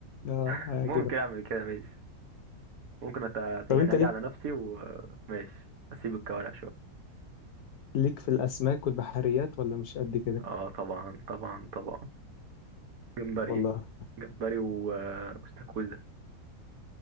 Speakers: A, on the left; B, on the right.
A: اه
B: <laughs>
A: هيعجبك
B: ممكن أعمل كده ماشي ممكن أت... يعني
A: طب انت
B: أجي
A: ليك
B: على نفسي وماشي أسيب الكوارع شوية
A: ليك في الاسماك والبحريات ولا مش قد كده
B: اه طبعا طبعا طبعا جمبري
A: والله
B: جمبري و- واستاكوزا